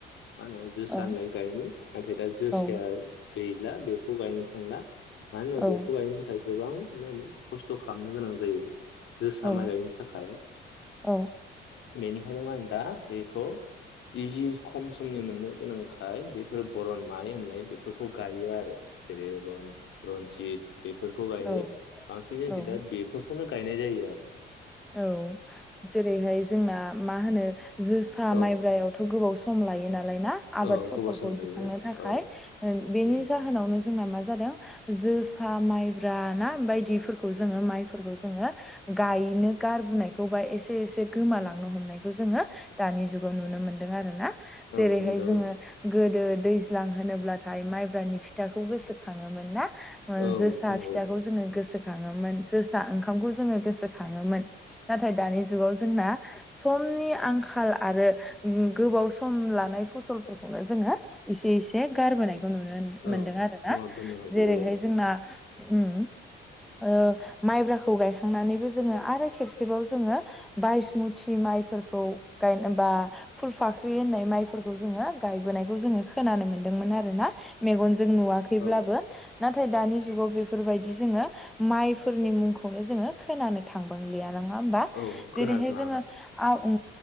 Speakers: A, on the left; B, in the centre.
A: मा होनो जोसा
B: औ
A: होननाय गायोमोन नाथाय दा जोसाया
B: औ
A: गैला। बे बेखौ गायनो थांला। मानो ना
B: औ
A: बेखौ गायनो थाखाय। गोबां मा होनो खस्थ' खालामनो गोनां जायो। जोसा
B: औ
A: माइ गायनो थाखाय,
B: औ
A: बेनिखायनो मा होनो दा बेखौ। इजि खम समनि मोननो गोनांखाय बेफोरो भरन माइ होननाय बेफोरखौ गायो आरो। जेरै रनजित बेफोरखौ गायो
B: औ
A: बांसिन जोंखि
B: औ
A: दा बे बेखौनो गायनाय जायो आरो।
B: औ जेरैहाय जोंना मा होनो जोसा
A: औ
B: माइब्रायावथ' गोबाव सम लायो नालाय ना? आबाद
A: औ
B: फसलखौ
A: गोबाव सम लायो
B: दिखांनो थाखाय
A: औ
B: बेनि
A: उम
B: जाहोनावनो जोंना मा जादों? जोसा माइब्रा ना बायदिफोरखौ जोङो माइफोरखौ जोङो गायनो गारबोनायखौ बा एसे एसे गोमालांनो हमनायखौ जोङो दानि जुगाव नुनो मोनदों आरो ना। जेरैहाय
A: औ नुदों
B: जोङो गोदो दैज्लां होनोब्लाथाय माइब्रानि फिथाखौ गोसोखाङोमोन ना?
A: औ
B: जोसा
A: नंगौ
B: फिथाखौ जोङो गोसो गोखाङोमोन जोसा ओंखामखौ जोङो गोसोखाङोमोन। नाथाय दानि जुगाव जोंना समनि आंखाल आरो गोबाव सम लानाय फसलफोरखौनो जोङो एसे एसे बे गारबोनायखौ नुनो
A: औ
B: मोनदों आरो ना।
A: गोमाबोनो हागौ
B: जेरैहाय
A: ओं
B: जोंना ओ ओ माइब्राखौ गायखांनानैबो जोङो आरो खेबसेबाव जोङो बाइसमुथि माइफोरखौ, गायनो बा फुल फाख्रि होन्नाय माइफोरखौ जोङो गायबोनायखौ जोङो खोनानो मोनदों मोन आरो ना। मेगनजों जों नुवाखैब्लाबो
A: औ
B: नाथाय दानि जुगाव बेफोरबायदि जोङो। माइफोरनि मुंखौनो जोङो खोनानो थांबां। लिया नङा होमबा?
A: औ
B: जेरै
A: खोनाला
B: हायो जोङो आ ओ